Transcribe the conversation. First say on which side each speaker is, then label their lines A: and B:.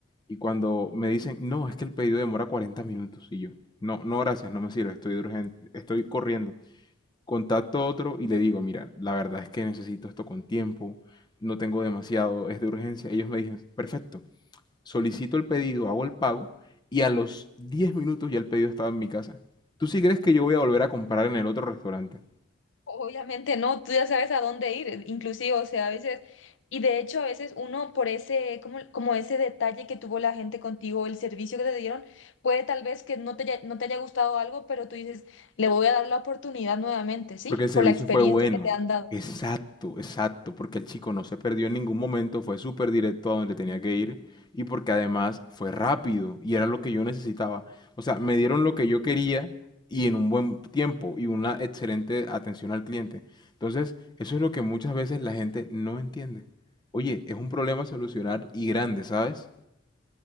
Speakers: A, on the left; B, on the left.
A: y cuando me dicen, no, es que el pedido demora 40 minutos. Y yo, no, no, gracias, no me sirve, estoy urgente, estoy corriendo. Contacto a otro y le digo, mira, la verdad es que necesito esto con tiempo, no tengo demasiado, es de urgencia. Ellos me dicen, perfecto, solicito el pedido, hago el pago y a los 10 minutos ya el pedido estaba en mi casa. ¿Tú sí crees que yo voy a volver a comprar en el otro restaurante?
B: Obviamente no, tú ya sabes a dónde ir, inclusive, o sea, a veces, y de hecho a veces uno por ese, como, como ese detalle que tuvo la gente contigo, el servicio que te dieron, puede tal vez que no te haya, no te haya gustado algo, pero tú dices, le voy a dar la oportunidad nuevamente, ¿sí?
A: Porque el servicio
B: Por la experiencia
A: fue bueno.
B: que te han dado.
A: Exacto, exacto. Porque el chico no se perdió en ningún momento, fue súper directo a donde tenía que ir y porque además fue rápido y era lo que yo necesitaba. O sea, me dieron lo que yo quería y en un buen tiempo y una excelente atención al cliente. Entonces, eso es lo que muchas veces la gente no entiende. Oye, es un problema a solucionar y grande, ¿sabes?